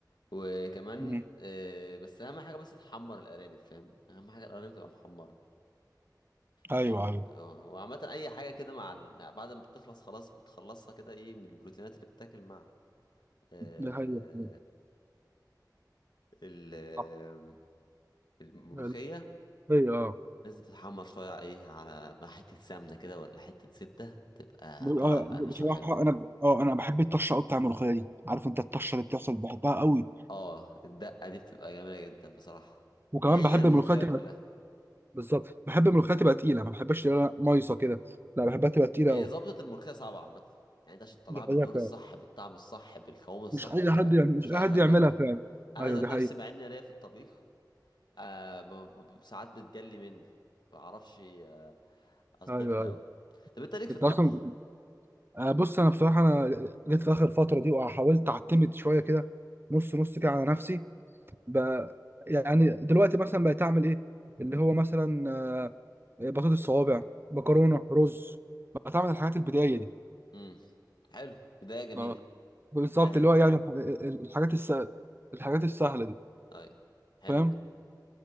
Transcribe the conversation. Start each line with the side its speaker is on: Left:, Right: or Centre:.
Left: وكمان
Right: امم
Left: آه، بس اهم حاجه بس تحمر الارانب فاهم اهم حاجه الارانب تبقى محمره
Right: ايوه
Left: يعني
Right: ايوه
Left: اه وعامه اي حاجه كده مع ال- مع- بعد ما بتخلص خلاص بتخلصها كده ايه من البروتينات اللي بتتاكل مع آه،
Right: ده حقيقي
Left: ال- آه،
Right: صح.
Left: الملوخيه
Right: الملوخية، اه
Left: لازم تتحمر شويه ايه على مع حته سمنه كده ولا حته زبده تبقى
Right: ب-
Left: طالعه
Right: آه،
Left: بقرمشه
Right: بصراحة
Left: وحلوه
Right: أنا ب... أه أنا بحب الطشة أوي بتاع الملوخية دي، عارف أنت الطشة اللي بتحصل بحبها أوي،
Left: اه الدقه دي بتبقى جميله جدا بصراحه
Right: وكمان
Left: هي
Right: بحب
Left: الملوخيه
Right: الملوخية تبقى
Left: كلها
Right: بالظبط، بحب الملوخية تبقى تقيلة، ما بحبهاش تبقى مايصة كده، لا بحبها تبقى تقيلة
Left: هي
Right: أوي،
Left: ظبطة الملوخية صعبة عامة يعني انت عشان تطلعها
Right: دي حقيقة
Left: باللون
Right: فعلا،
Left: الصح بالطعم الصح بالقوام الصح
Right: مش أي حد
Left: آه،
Right: يعني مش
Left: مش
Right: أي
Left: اي
Right: حد
Left: حد
Right: يعملها
Left: يعملها
Right: فعلا،
Left: انا
Right: أيوه
Left: ذات
Right: دي حقيقة،
Left: نفسي مع اني ليا في الطبيخ آه ب- ب- ب- ساعات بتجلي مني ما بعرفش آه، اظبطها
Right: أيوه أيوه
Left: قوي طب انت ليك في
Right: أنت
Left: الطبخ
Right: أصلا آه، بص أنا بصراحة أنا جيت في آخر فترة دي وحاولت أعتمد شوية كده نص نص كده على نفسي بقى يعني دلوقتي مثلا بقيت اعمل ايه اللي هو مثلا آه، بطاطس صوابع مكرونه رز بقيت اعمل الحاجات البدائيه دي
Left: امم حلو بداية جميلة
Right: اه بالظبط
Left: بداية حلوة
Right: اللي هو يعني الح- الحاجات الس... الحاجات السهله دي
Left: ايوه حلو
Right: فاهم
Left: ده